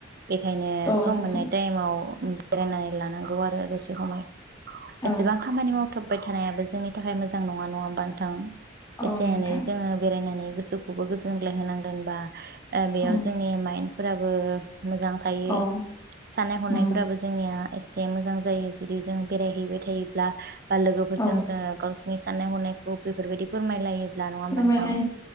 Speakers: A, on the right (about 50°); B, on the left (about 15°).
A: बेखायनो
B: औ
A: सम
B: नोंथां
A: मोननाय टाइमाव बेरायनानै लानांगौ आरो दसे खमाय
B: औ
A: एसेबां खामानि मावथाब बाय थानायाबो जोंनि थाखाय मोजां नङा नङा होमा नोंथां
B: औ
A: एसे
B: नोंथां
A: एनै जोङो बेरायनानै गोसोखौबो गोजोनग्लाय होनांगोन बा बेयाव
B: औ
A: जोंनि माइन्द फोराबो । मोजां थायो
B: औ
A: साननाय हनायफोराबो
B: उम
A: जोंनिया ए से मोजां जायो जुदि जों बेरायहैबाय थायोब्ला बा लोगोफोरजों
B: औ
A: जोङो गाव नि साननाय हनायखौ बेफोरबायदि फोरमायलायोब्ला नङा होमबा
B: फोरमायलाय
A: नोंथां